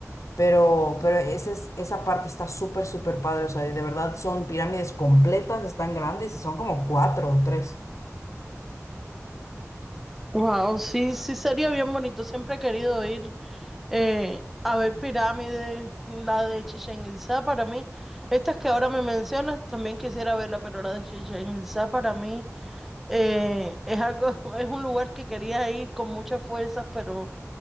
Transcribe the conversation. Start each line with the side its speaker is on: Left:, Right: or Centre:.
Left: Pero, pero ese es- esa parte está súper, súper padre. O sea, y de verdad son pirámides completas, están grandes y son como cuatro o tres.
Centre: Wow, sí, sí sería bien bonito. Siempre he querido ir eh, a ver pirámides, la de Chichén Itzá para mí. Estas que ahora me mencionas, también quisiera verla, pero la de Chichén Itzá para mí eh, es algo, <laughs> es un lugar que quería ir con muchas fuerzas, pero